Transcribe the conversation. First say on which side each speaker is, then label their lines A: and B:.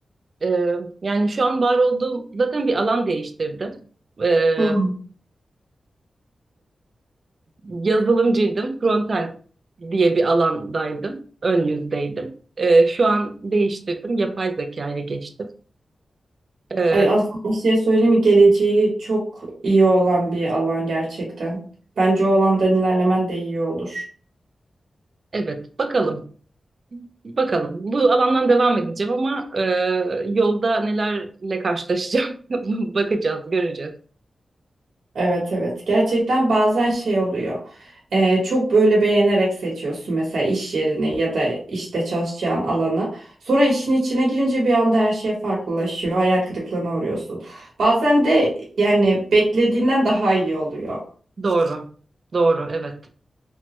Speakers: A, on the right; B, on the right.
A: Ee, yani şu an var olduğum zaten bir alan değiştirdim. Ee,
B: Hı hı.
A: yazılımcıydım. Frontend diye bir alandaydım. Ön yüzdeydim. Ee, şu an değiştirdim. Yapay zekaya geçtim. Ee,
B: Ay, aslında bir şey söyleyeyim mi? Geleceği çok iyi olan bir alan gerçekten. Bence o alandan ilerlemen de iyi olur.
A: evet bakalım. Bakalım. Bu alandan devam edeceğim ama e, yolda nelerle karşılaşacağım <laughs> bakacağız, göreceğiz.
B: Evet evet gerçekten bazen şey oluyor Ee, çok böyle beğenerek seçiyorsun mesela iş yerini ya da işte çalışacağın alanı sonra işin içine girince bir anda her şey farklılaşıyor hayal kırıklığına uğruyorsun bazen de yani beklediğinden daha iyi oluyor
A: Doğru. Doğru, evet.